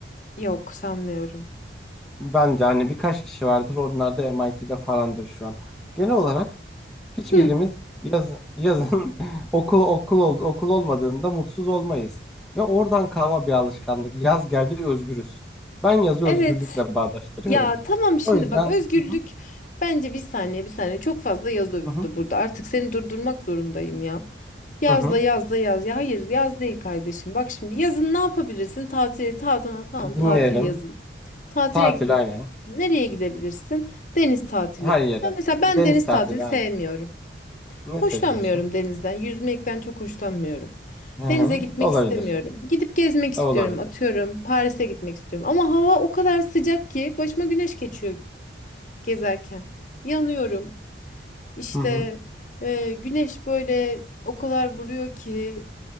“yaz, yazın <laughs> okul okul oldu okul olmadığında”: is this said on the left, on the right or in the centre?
Centre